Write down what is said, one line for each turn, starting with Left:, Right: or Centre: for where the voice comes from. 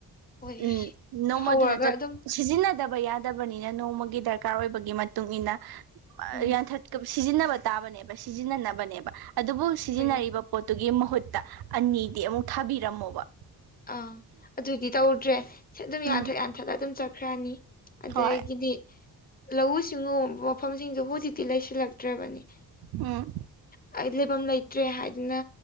Left: ꯍꯣꯏ
Right: ꯎꯝ ꯅꯣꯡꯃ
Left: ꯍꯧꯔꯒ
Right: ꯑꯗꯨꯗ ꯆꯠ
Left: ꯑꯗꯨꯝ
Right: ꯁꯤꯖꯤꯟꯅꯗꯕ ꯌꯥꯗꯕꯅꯤꯅ ꯅꯣꯡꯃꯒꯤ ꯗꯔꯀꯥꯔ ꯑꯣꯏꯕꯒꯤ ꯃꯇꯨꯡ ꯃꯇꯨꯡꯏꯟꯅ
Left: ꯎꯝ
Right: ꯌꯥꯟꯊꯠ ꯁꯤꯖꯤꯟꯅꯕ ꯇꯥꯕꯅꯦꯕ ꯁꯤꯖꯤꯟꯅꯅꯕꯅꯦꯕ ꯑꯗꯨꯕꯨ ꯁꯤꯖꯤꯟꯅꯔꯤꯕ
Left: ꯍꯣꯏ
Right: ꯄꯣꯠꯇꯨꯒꯤ ꯃꯍꯨꯠꯇ ꯑꯅꯤꯗꯤ ꯑꯃꯨꯛ ꯊꯥꯕꯤꯔꯝꯃꯣꯕ
Left: ꯑꯪ ꯑꯗꯨꯏꯗꯤ ꯇꯧꯗ꯭ꯔꯦ ꯑꯗꯨꯝ
Right: ꯎꯝ
Left: ꯌꯥꯟꯊꯠ ꯌꯥꯟꯊꯠꯂ ꯑꯗꯨꯝ ꯆꯠꯈ꯭ꯔꯅꯤ ꯑꯗꯒꯗꯤ
Right: ꯍꯣꯏ
Left: ꯂꯧꯎ ꯁꯤꯡꯎꯕ ꯃꯐꯝꯁꯤꯡꯁꯨ ꯍꯧꯖꯤꯛꯇꯤ ꯂꯩꯁꯤꯜꯂꯛꯇ꯭ꯔꯕꯅꯤ
Right: ꯑ
Left: ꯑꯩ ꯂꯩꯐꯝ ꯂꯩꯇ꯭ꯔꯦ ꯍꯥꯏꯗꯅ